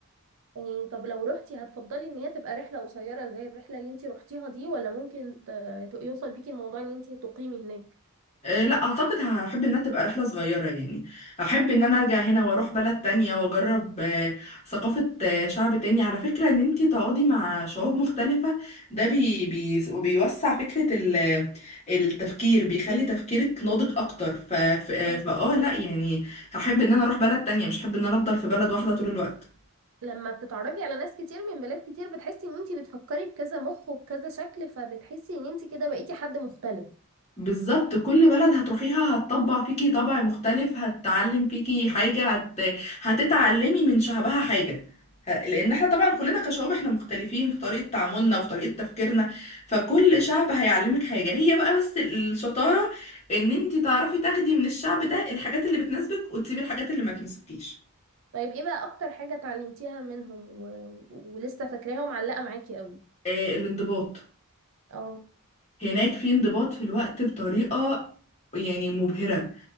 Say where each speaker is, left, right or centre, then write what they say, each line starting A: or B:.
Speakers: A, on the right; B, on the left.
A: يعني طب لو روحتي هتفضلي ان هي تبقى رحله قصيره زي الرحله اللي انت روحتيها دي ولا ممكن ت- ت- يوصل بيكي الموضوع ان انت تقيمي هناك
B: آه، لا اعتقد هحب انها تبقى رحله صغيره يعني هحب ان انا ارجع هنا واروح بلد تانية واجرب آه، ثقافه آه، شعب تاني على فكره ان انتي تقعدي مع شعوب مختلفه ده بي بي بيوسع فكره ال- التفكير بيخلي تفكيرك ناضج اكتر ف ف- آه،
A: اه
B: فاه
A: بالظبط
B: لا يعني هحب ان انا اروح بلد تانية مش هحب ان انا افضل في بلد واحده طول الوقت
A: لما بتتعرفي على ناس كتير من بلاد كتير بتحسي ان انتي بتفكري بكذا مخ وبكذا شكل فبتحسي ان انتي كده بقيتي حد مختلف
B: بالظبط كل بلد هتروحيها هتطبع فيكي طبع مختلف هتتعلم فيكي حاجة هت... هتتعلمي من شعبها حاجة ه- لأن احنا طبعا كلنا كشعوب احنا مختلفين في طريقة تعاملنا وفي طريقة تفكيرنا فكل شعب هيعلمك حاجة هي بقى بس الشطارة ان انت تعرفي تاخدي من الشعب ده الحاجات اللي بتناسبك وتسيبي الحاجات اللي ما تناسبكيش
A: طيب ايه بقى اكتر حاجة اتعلمتيها منهم و... ولسه فاكراها ومعلقة معاكي قوي
B: آه الانضباط
A: اه
B: هناك في انضباط في الوقت بطريقة يعني مبهرة